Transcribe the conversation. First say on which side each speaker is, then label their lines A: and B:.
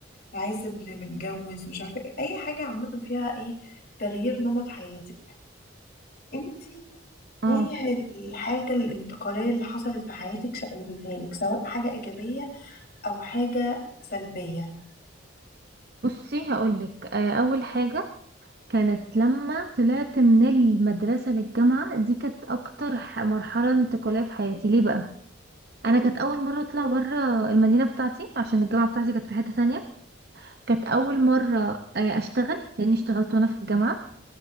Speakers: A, on the left; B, on the right.
A: عازب لمتجوز مش عارفة ايه. أي حاجة عامة فيها ايه تغيير نمط حياتك انت
B: اه
A: ايه الحاجة الانتقالية اللي حصلت في حياتك شقلبتها لك سواء حاجة ايجابية او حاجة سلبية
B: بصي هقولك آه، اول حاجه كانت لما طلعت من المدرسه للجامعه دي كانت اكتر ح- مرحله انتقاليه في حياتي ليه بقى انا كانت اول مره اطلع بره المدينه بتاعتي عشان الجامعه بتاعتي كانت في حته تانية كانت اول مره آه، اشتغل لاني اشتغلت وانا في الجامعه